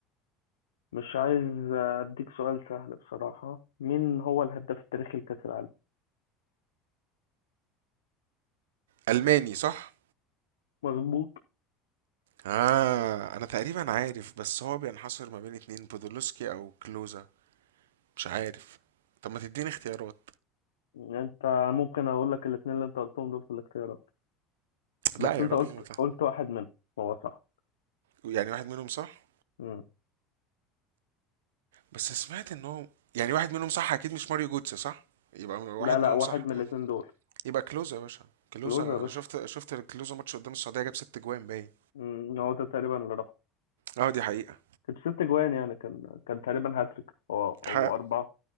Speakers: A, on the left; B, on the right.
A: مش عايز أديك سؤال سهل بصراحة مين هو الهداف التاريخي لكأس العالم
B: ألماني صح؟
A: مظبوط
B: آه أنا تقريبا عارف بس هو بينحصر ما بين اتنين بودولوسكي أو كلوزا مش عارف طب ما تديني اختيارات
A: أنت ممكن أقول لك الاتنين اللي أنت قلتهم دول في الاختيارات بس
B: لا يا
A: أنت
B: راجل
A: قلت
B: ما تع-
A: قلت واحد منهم هو صح
B: يعني واحد منهم صح
A: مم.
B: بس سمعت ان هو يعني واحد منهم صح اكيد مش ماريو جوتس صح يبقى واحد
A: لا لا
B: منهم
A: واحد
B: صح
A: من الاتنين دول
B: يبقى كلوزا يا باشا كلوزا
A: كلوز يا باشا
B: انا شفت شفت كلوزا ماتش قدام السعوديه جاب ست جوان باين
A: مم. هو ده تقريبا اللي رفعه
B: اه دي حقيقه
A: كانت ست جوان يعني كان كان تقريبا هاتريك او او
B: حاجه
A: اربعه